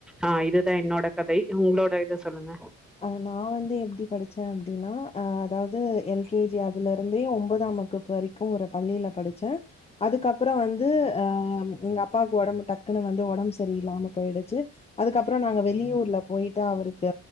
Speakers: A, in the centre; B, on the left (about 20°).
A: ஆ இதுதான் என்னோட கதை உங்களோட இத சொல்லுங்க
B: ஆ நா வந்து எப்டி படிச்சேன் அப்டின்னா அதாவது எல் கே ஜி அதுல இருந்தே ஒம் பதாம் வகுப்பு வரைக்கும் ஒரு பள்ளில படிச்சே அதுக்கப்றோ வந்து அ எங்க அப்பாவுக்கு ஒடம்பு டக்குன்னு வந்து ஒடம்பு சரியில்லாம போயிடுச்சு அதுக்கப்றோ நாங்க வெளியூர்ல போயிட்டு அவருக்கு